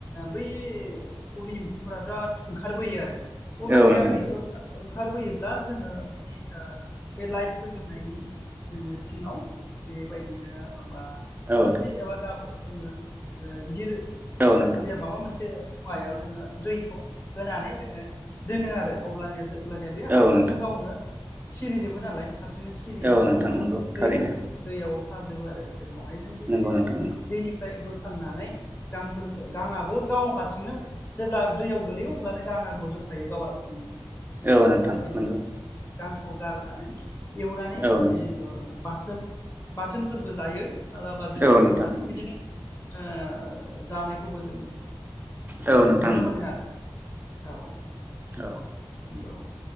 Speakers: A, on the left; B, on the right.
A: बै उरि एम्फौफोरा बिराद ओंखारबोयो आरो अब्लानिया
B: औ नोंथां
A: बै ओं-ओंखारबोयोब्ला जोङो बेनि ओ लाइट फोजोंनायनि जोङो सिङाव बेबायदिनो बा
B: औ
A: थोरसि
B: नोंथां
A: एबा दाबोर जोङो गिदिर
B: औ नोंथां
A: जायखिजाया माबा मोनसे मुवायाव जोङो दैखौ होनानै जोङो दोनो आरो अब्लानो अब्लानिया बेयो हारसिंनो
B: औ नोंथां
A: गावनो सिरिजोबो नालाय हारसिंनो सिरियोब्ला
B: औ नोंथां
A: बेयाव
B: नंगौ थारैनो
A: दैयाव दैयाव थाजोबो आरो उनावहाय जों बेबायदिनो
B: नंगौ नोंथां नंगौ
A: दैनिफ्राय बोखां नानै गां-गांआबो गाव हारसिंनो जेब्ला दैयाव गोलैयो अब्लानो गांआ गजोब खायो गाव हारसिंनो ओ
B: औ नोंथां
A: बेबायदिनो
B: नंगौ।
A: जोङो गांखौ गारनानै एवनानै
B: औ
A: माने
B: नोंथां
A: बाथोन-बाथोनफोरबो जायो। माब्लाबा जोङो
B: औ नोंथां
A: एवनानै बिदिनो ओ जानायखौबो जों
B: औ
A: माने
B: नोंथां
A: नुनो
B: नंगौ
A: मोनो आरो औ
B: औ
A: नंगौ।